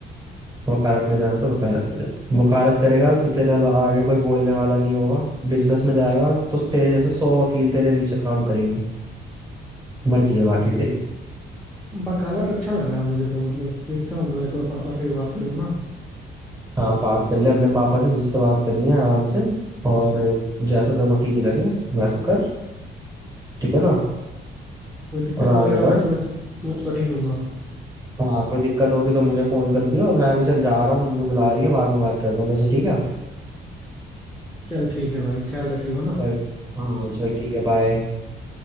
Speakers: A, on the right (about 20°); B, in the centre.
A: वकालत में जाना है तो वकालत में जा वकालत करेगा तो तेरे अला- आगे कोई बोलने वाला नहीं होगा बिजनेस में जाएगा तो तेरे जैसे सौ वकील तेरे नीचे काम करेंगे मर्जी है बाकी तेरी
B: वकालत अच्छा लग रहा है मुझे तो मतलब देखता हूँ मैं एक बार पापा से भी बात कर लूँ ना
A: हाँ बात कर ले अपने पापा से जिससे बात करनी है आराम से और जैसा तेरे को ठीक लगे वैसा कर ठीक है ना
B: कोई दिक्कत
A: और आगे
B: वगैरह होगी
A: बढ़
B: तो मैं तो कॉल कर ही लूंगा
A: हाँ कोई दिक्कत होगी तो मुझे फोन कर दियो और मैं अभी चल जा रहा हूँ मम्मी बुला रही है बाद में बात करता हूँ जैसे ठीक है
B: चल ठीक है भाई ख्याल रखियो ना
A: चल हाँ चल ठीक है बाय